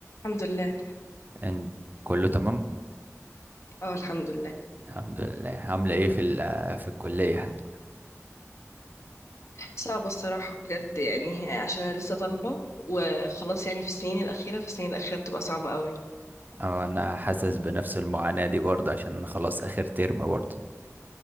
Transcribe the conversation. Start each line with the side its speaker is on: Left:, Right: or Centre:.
Left: الحمد لله
Right: ان كله تمام
Left: اه الحمد لله
Right: الحمد لله عامله ايه في ال- في الكليه
Left: صعبة الصراحة بجد يعني عشان أنا لسه طالبة وخلاص يعني في السنين الأخيرة في السنين الأخيرة بتبقى صعبة قوي
Right: أو انا حاسس بنفس المعاناه دي برضه عشان أنا خلاص اخر ترم برضه